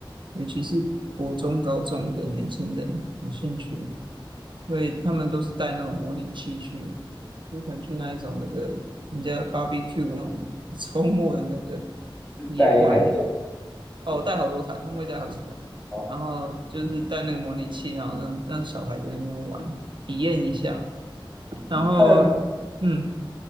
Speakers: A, on the right; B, on the left.
A: 尤其是国中、高中的年轻人有兴趣，所以他们都是带那种模拟器去，就可能去那一种那个人家 barbecue 那种 <laughs> 周末的那个
B: 是带一台电脑
A: 野外，哦，
B: 去。
A: 带好多台，他们会带好几台，
B: 哦
A: 然后就是带那个模拟器，然后让让小孩在那边玩，体验一下，然后
B: 它的模
A: 嗯。